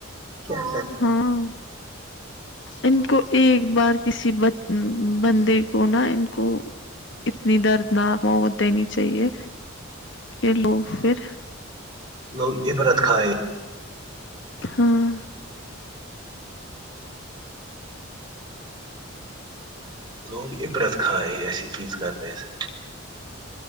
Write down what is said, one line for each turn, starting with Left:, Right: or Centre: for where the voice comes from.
Right: کیا
Left: ہاں ان کو ایک بار کسی بندے کو نا ان کو اتنی دردناک موت دینی چاہیے کہ لوگ پھر
Right: لوگ عبرت کھائے
Left: ہاں
Right: لوگ عبرت کھائے ہیں ایسی چیز کرنے سے